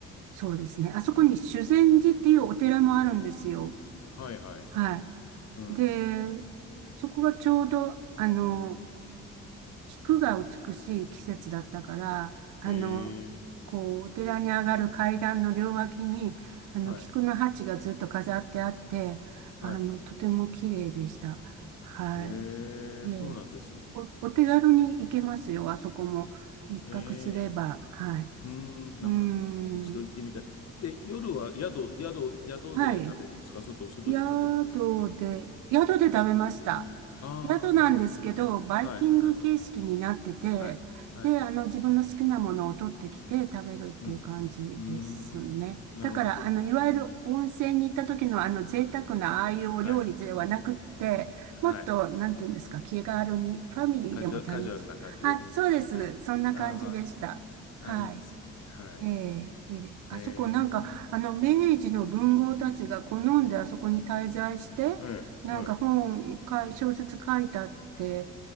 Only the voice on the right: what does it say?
そうですね。あそこに修善寺っていうお寺もあるんですよ。
は
い。で、そこがちょうど、あの、菊が美しい季節だったから、あの、
こう、お寺に上がる階段の両脇に、あの、
菊の鉢がずっと飾ってあって、
あの、とても綺麗でした。はい。
ええお、お手軽に行けますよ、あそこも。一泊すれば。
はい。
うーん。
はい。宿で、宿で食べました。
宿なんですけど、
バイキング形式になってて、
で、あの、自分の好きなものを取ってきて食べるっていう感じですね。
だから、あの、いわゆる温泉に行った時のあの、贅沢なああいうお料理ではなくって、
もっと、なんていうんですか、気軽に、ファミリーでも楽しむ。
あ、そうです。
そんな感じでした。
はい。
ええ、いいですあそこなんか、
あの、明治の文豪たちが好んであそこに滞在して、
なんか本かい、
小説書いたって